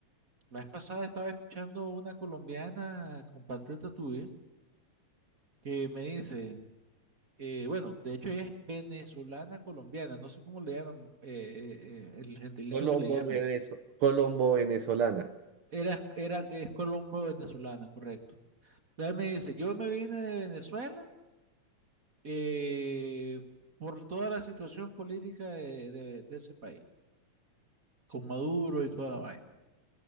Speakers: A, on the right; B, on the right.
A: La vez pasada estaba escuchando una colombiana, compatriota tuya, que me dice... eh, bueno, de hecho ella es venezolana colombiana, no sé cómo le llaman, eh, eh, eh, el gentilicio
B: Colombo,
A: que le llaman.
B: Venezo- Colombo venezolana.
A: Era, era, es colombo venezolana, correcto. Entonces me dice, yo me vine de Venezuela eh, por toda la situación política de, de- de ese país, con Maduro y toda la vaina.